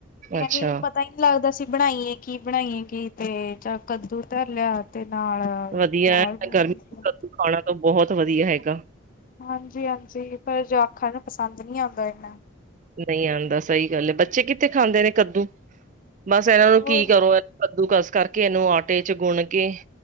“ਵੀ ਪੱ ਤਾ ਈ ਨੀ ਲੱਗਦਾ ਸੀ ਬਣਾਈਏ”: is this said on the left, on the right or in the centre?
Left